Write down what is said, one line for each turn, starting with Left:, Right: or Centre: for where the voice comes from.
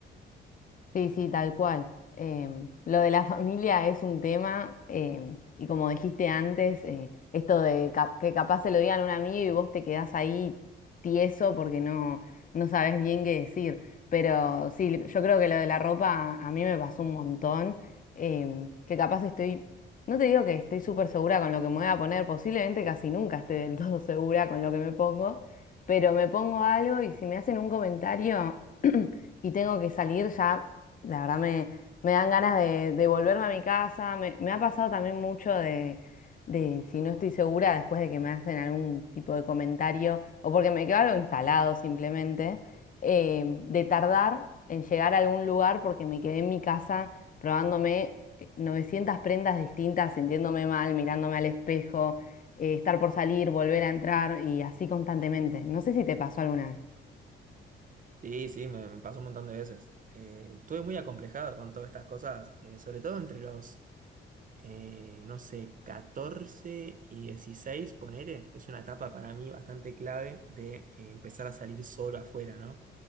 Left: Sí, sí, tal cual. Em, lo de la <laughs> familia es un tema, em, y como dijiste antes, eh, esto de cap- que capaz se lo digan a un amigo y vos te quedás ahí tieso porque no, no sabes bien qué decir. Pero sí, yo creo que lo de la ropa a mí me pasó un montón, em, que capaz estoy, no te digo que estoy súper segura con lo que me voy a poner, posiblemente casi nunca esté del <laughs> todo segura con lo que me pongo, pero me pongo algo y si me hacen un comentario <clears throat> y tengo que salir ya. La verdad me, me dan ganas de, de volverme a mi casa. Me, me ha pasado también mucho de, de si no estoy segura después de que me hacen algún tipo de comentario o porque me quedo algo instalado simplemente, eh, de tardar en llegar a algún lugar porque me quedé en mi casa probándome eh, 900 prendas distintas, sintiéndome mal, mirándome al espejo, eh, estar por salir, volver a entrar y así constantemente. No sé si te pasó alguna vez.
Right: Sí, sí, me, me pasó un montón de veces. Eh, estuve muy acomplejado con todas estas cosas, eh, sobre todo entre los, eh, no sé, catorce y dieciséis ponele, que es una etapa para mí bastante clave de eh, empezar a salir solo afuera, ¿no?